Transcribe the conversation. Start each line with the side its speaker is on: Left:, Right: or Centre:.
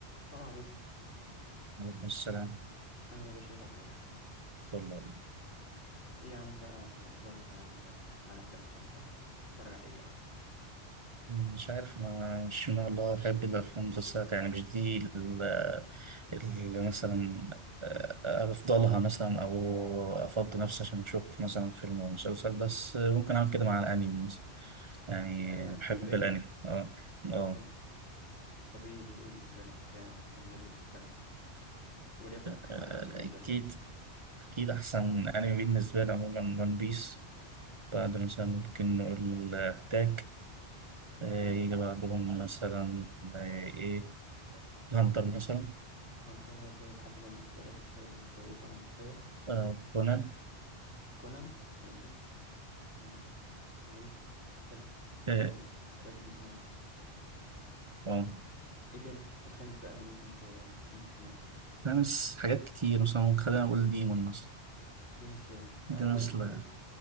Left: السلام عليكم
Right: عليكم السلام
Left: عامل ايه يا باشا ايه الاخبار
Right: والله
Left: ايه يا عم بقى اخبارك مع ال... مع الافلام والمسلسلات تحب تتفرج على ايه اصلا
Right: مش عارف أنا مش من الله بحب الأفلام المسلسلات يعني مش دي ال- اللي مثلا آه، أفضلها مثلا أو أفضي نفسي عشان أشوف مثلا فيلم أو مسلسل بس ممكن أعمل كده مع الأنمي مثلا يعني
Left: الانمي
Right: بحب
Left: ياباني
Right: الأنمي أه أه
Left: حلو طب ايه ايه بالنسبه لك آه، انميات بتحبها يعني وليكن
Right: آه،
Left: احسن خمسه بالنسبه
Right: أكيد
Left: لك
Right: أكيد أحسن أنمي بالنسبة لي عموما ون بيس بعد مثلا ممكن نقول أتاك يجي
Left: ماشي
Right: بعدهم مثلا آه، إيه هانتر مثلا
Left: هانتر برضو لحد الان اختيارات آه، كويسه منطقيه
Right: آه كونان
Left: كونان ماشي آه، يوري بس حلو
Right: اه
Left: يعني الراجل ليه سمعته
Right: آه.
Left: ايه تاني إيه الخامس بقى اللي ممكن ت... يجي في دماغك
Right: فاهمس حاجات كتير مثلا ممكن خلينا نقول ديمون مثلا
Left: ديمون سلاير اه
Right: ديمون
Left: كويس
Right: سلاير
Left: يعني